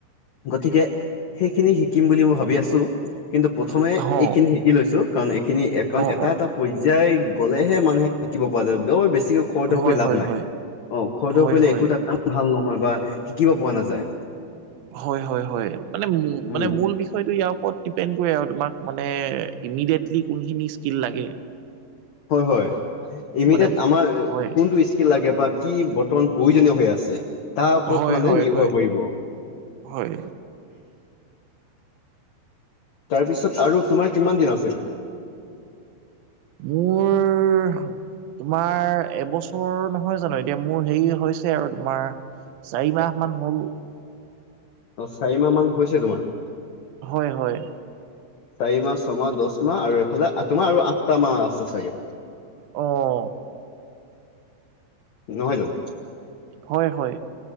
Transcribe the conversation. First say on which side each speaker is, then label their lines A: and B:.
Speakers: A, on the left; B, on the right.
A: গতিকে সেইখিনি শিকিম বুলি মই ভাবি আছো, কিন্তু প্ৰথমে
B: অ
A: এইখিনি শিকি লৈছো, কাৰণ এইখিনি কাৰণ
B: অ
A: এটা এটা পৰ্যায় গ'লেহে মানুহে শিকিব পৰা যায় বৰ বেছিকৈ খৰ-ধৰ
B: অ হয়
A: কৰি লাভ
B: হয়
A: নাই,
B: হয়
A: অ' খৰ-ধৰ
B: হয়
A: কৰিলে
B: হয়
A: একোটা কাম ভাল নহয় বা শিকিব পৰা নাযায়।
B: হয়-হয়-হয়, মানে
A: উম
B: মানে মূল বিষয়টো ইয়াৰ ওপৰত ডিপেণ্ড কৰে আৰু তোমাক মানে ইমিডিয়েটলি কোনখিনি স্কিল লাগে।
A: হয়, হয় এমিডিয়েত
B: মানে
A: আমাৰ
B: হয়
A: কোনটো স্কি কি লাগে বা কি বৰ্তমান প্ৰয়োজনীয় হৈ আছে। তাৰ ওপৰত
B: হয়
A: মানে
B: হয়
A: নিৰ্ভৰ
B: হয়
A: কৰিব।
B: হয়
A: তাৰ পিছত আৰু তোমাৰ কিমান দিন আছেগৈ?
B: মোৰ, তোমাৰ এবছৰত নহয় জানো, এতিয়া মোৰ হেৰি হৈছে আৰু তোমাৰ চাৰি মাহ মান হ'ল।
A: অ' চাৰি মাহ মান হৈছে তোমাৰ?
B: হয়, হয়।
A: চাৰি মাহ, ছমাহ, দচ মাহ আৰু এইফালে তোমাৰ আৰু আঠটা মাহ আছে চাগে?
B: অ'।
A: নহয় জানো?
B: হয়, হয়।